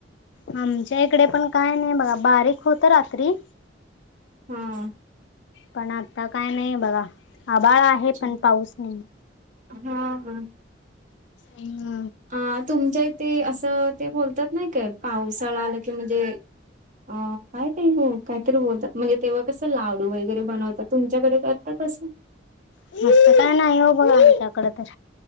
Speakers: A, on the left; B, on the right.
A: आमच्या इकडे पण काय नाही बघा बारीक होत रात्री.
B: हा
A: पण आता काय नाही बघाआभाळ आहे
B: अच्छा
A: पण पाऊस नाही.
B: हा हा
A: हम्म
B: अ तुमच्या इथे असं ते बोलतात नाही काय पावसाळा आला कि म्हणजे अ काय काही हो कायतरी बोलतात म्हणजे तेव्हा कसं लाडू वगैरे बनवतात तुमच्याकडे करतात अस
A: इकडं ते काय नाही हो बघ आमच्याकडे तर